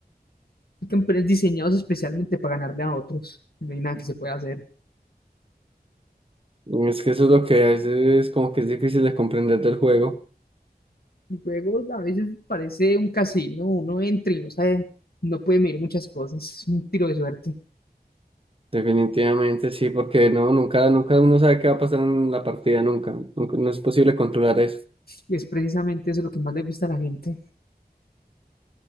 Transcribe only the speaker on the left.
Hay campeones diseñados especialmente para ganarle a otros. No hay nada que se pueda hacer.
El juego a veces parece un casino, uno entra y no sabe, no puede medir muchas cosas, es un tiro de suerte.
Y es precisamente eso lo que más le gusta a la gente.